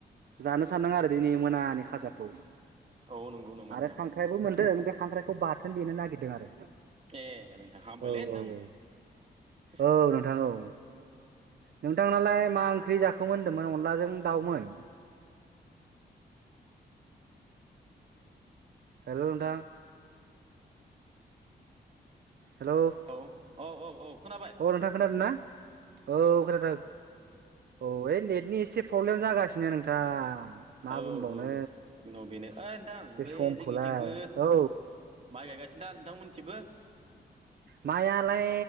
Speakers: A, on the right; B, on the right.
A: जानो सानदों आरो दिनै मोनानि खाजा <unintelligible>
B: औ नंगौ नामा
A: आरो
B: नोंथां
A: खांख्राइबो मोनदों। बे खांख्राइखौ बाथोन देनो नागिरदों आरो।
B: ए नोंथां हामबायलै
A: औ
B: नोंथां
A: औ औ औ नोंथां औ। नोंथांनालाय मा ओंख्रि जाखोमोन होनदोंमोन अनलाजों दाउमोन? हेलौ नोंथां। हेलौ अ
B: औ औ औ औ खोनाबाय
A: नोंथां खोनादोंना? औ खोनादों। औ ओइ नेटनि एसे प्रब्लेम जागासिनो नोंथां। मा
B: औ
A: बुंबावनो
B: औ जोंनाव बेनो ओइ नोंथां
A: बे
B: बै
A: समखौलाय
B: जोंनिथिंबो
A: औ
B: माइ गायगासिनो दा नोंथांमोनथिबो?
A: मायालाय